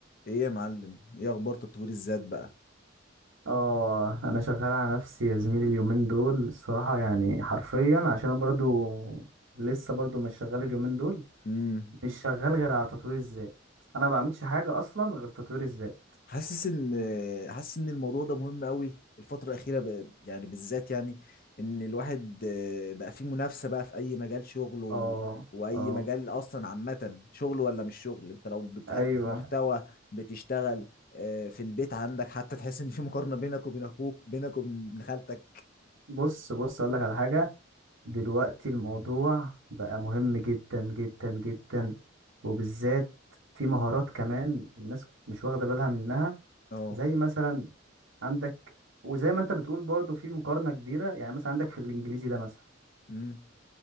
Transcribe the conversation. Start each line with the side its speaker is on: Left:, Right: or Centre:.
Left: ايه يا معلم ايه اخبار تطوير الذات بقى
Right: اه انا شغال على نفسي يا زميلي اليومين دول الصراحة يعني حرفيا عشان انا برضو لسه برضو مش شغال اليومين دول
Left: امم
Right: مش شغال غير على تطوير الذات انا ما بعملش حاجة اصلا غير تطوير الذات
Left: حاسس ان حاسس ان الموضوع ده مهم قوي الفتره الاخيره ب... يعني بالذات يعني ان الواحد آه، بقى فيه منافسه بقى في اي مجال شغل و...
Right: اه
Left: واي
Right: اه
Left: مجال اصلا عامه شغل ولا مش شغل انت لو بتقدم
Right: ايوه
Left: محتوى بتشتغل آه، في البيت عندك حتى تحس ان في مقارنه بينك وبين اخوك بينك وبين ابن خالتك
Right: بص بص اقول لك على حاجة دلوقتي الموضوع بقى مهم جدا جدا جدا وبالذات في مهارات كمان الناس مش واخدة بالها منها
Left: اه
Right: زي مثلا عندك وزي ما انت بتقول برضو في مقارنة كبيرة يعني مثلا عندك في الانجليزي ده مثلا
Left: امم